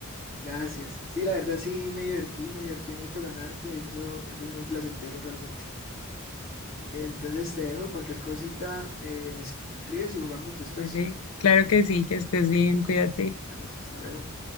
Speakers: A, on the left; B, on the left.
A: Gracias. Sí, la verdad sí me divertí, me divertí mucho ganarte, eso, eso es muy placentero realmente. Entonces te dejo, cualquier cosita eh, me escribes y jugamos después.
B: Vale. Claro que sí, que estés bien, cuídate.
A: Vale, hasta luego.